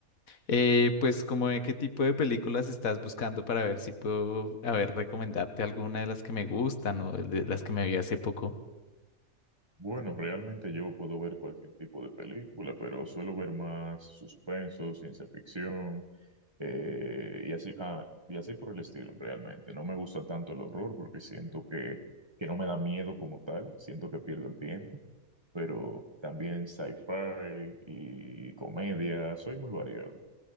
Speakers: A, on the left (about 80°); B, on the right (about 20°).
A: Eh, pues como de qué tipo de películas estás buscando para ver si puedo, a ver, recomendarte alguna de las que me gustan o de las que me vi hace poco.
B: Bueno, realmente yo puedo ver cualquier tipo de película, pero suelo ver más suspenso, ciencia ficción. eh, y así, ah, y así por el estilo, realmente. No me gusta tanto el horror porque siento que, que no me da miedo como tal, siento que pierdo el tiempo, pero también sci-fi y comedia, soy muy variado.